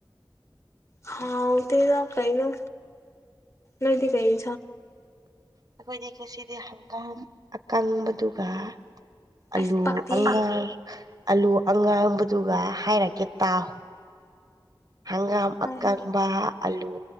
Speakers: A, on the left; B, on the right.
A: ꯍꯥꯎꯗꯤꯗ ꯀꯩꯅ ꯅꯣꯏꯗꯤ ꯀꯩ
B: ꯑꯩꯈꯣꯏꯗꯤ ꯉꯁꯤꯗꯤ ꯍꯪꯒꯥꯝ ꯑꯀꯪꯕꯗꯨꯒ ꯑꯂꯨ
A: ꯑꯁ ꯄꯛꯇꯦꯍꯦ
B: ꯑꯉꯥꯡ ꯑꯂꯨ ꯑꯉꯥꯡꯕꯗꯨꯒ ꯍꯥꯏꯔꯛꯀꯦ ꯇꯥꯎ ꯍꯪꯒꯥꯝ
A: ꯍꯣꯏ
B: ꯑꯀꯪꯕ
A: ꯍꯣꯏ
B: ꯑꯂꯨ